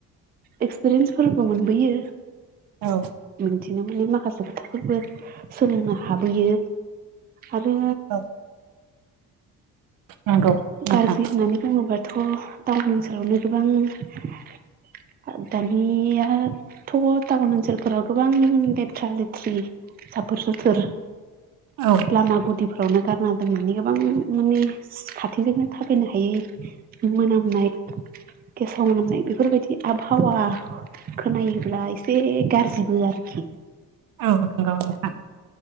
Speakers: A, on the right; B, on the right.
A: एक्सपिरियेन्सफोरबो मोनबोयो।
B: औ
A: बिदिनो माने माखासे खोथाफोरबो सोलोंनो हाबोयो। आरो
B: औ नंगौ नोंथां
A: गाज्रि होननानै बुङोबा थ' टाउन ओनसोलावनो गोबां दानियाथ' टाउन ओनसोलफोराव गोबां लेथ्रा लेथ्रि साफोर सोथोर
B: औ
A: लामा गुथ दैफ्रावनो गारना <unintelligible> गोबां माने खाथिजोंनो थाबायनो हायै मोनामनाय गेसाव मोनामनाय बेफोरबायदि आबहावा खोनायोब्ला एसे गारजिबो आरो
B: औ नंगौ नोंथां।